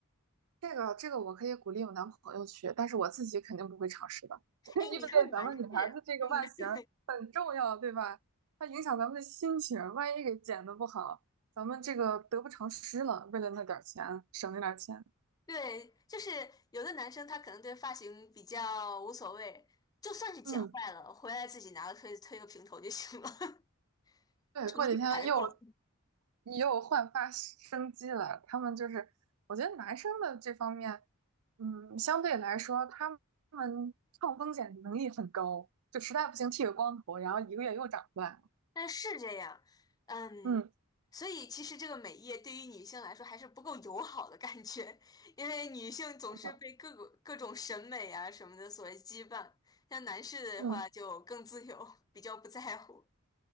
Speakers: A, on the right; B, on the left.
A: 这个这个我可以鼓励我男朋友去，但是我自己肯定不会尝试的，
B: 哎，
A: <laughs> 因为咱们女孩子这个外形很重要，
B: 你说男士，嗯，
A: 对吧？它影响咱们的心情，万一给剪的不好，咱们这个得不偿失了。为了那点儿钱，省那点儿钱，
B: 对，就是有的男生他可能对发型比较无所谓，就算是剪坏了，
A: 嗯，
B: 回来自己拿个推推个平头就行了，<laughs>
A: 对，
B: 重新来过。
A: 过几天又。你又焕发生机了。他们就是，我觉得男生的这方面，嗯，相对来说，他们抗风险能力很高，就实在不行剃个光头，然后一个月又长出来了。
B: 但是这样，嗯，
A: 嗯，
B: 所以其实这个美业对于女性来说还是不够友好的感觉，<laughs> 因为女性总是被各个各种审美啊什么的所羁绊，
A: 是的，
B: 像男士的话就更自由，
A: 嗯，
B: 比较不在乎。